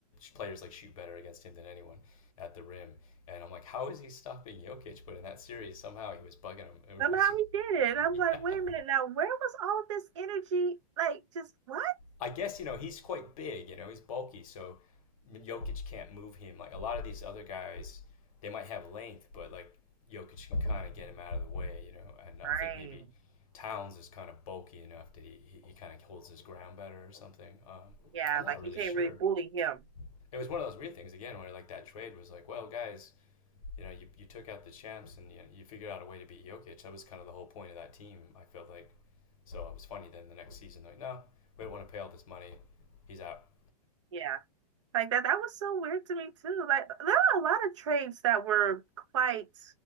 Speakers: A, on the left (about 55°); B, on the right (about 45°).
A: players like shoot better against him than anyone at the rim. And I'm like, how is he stopping Jokic? But in that series, somehow he was bugging him. It
B: Somehow
A: was,
B: he did
A: <laughs>
B: it. I'm
A: yeah.
B: like, wait a minute now, where was all of this energy? Like, just what?
A: I guess you know he's quite big. You know he's bulky, so Jokic can't move him. Like a lot of these other guys, they might have length, but like Jokic can kind of get him out of the way. You know, and I
B: Right.
A: think maybe Towns is kind of bulky enough that he he, he kind of holds his ground better or something. Um,
B: Yeah,
A: I'm not
B: like
A: really
B: you can't
A: sure.
B: really bully him.
A: It was one of those weird things again where like that trade was like, well, guys, you know, you, you took out the champs and you, you figured out a way to beat Jokic. That was kind of the whole point of that team, I felt like. So it was funny then the next season, like, no, we don't want to pay all this money. He's out.
B: Yeah. Like that that was so weird to me too. Like there were a lot of trades that were quite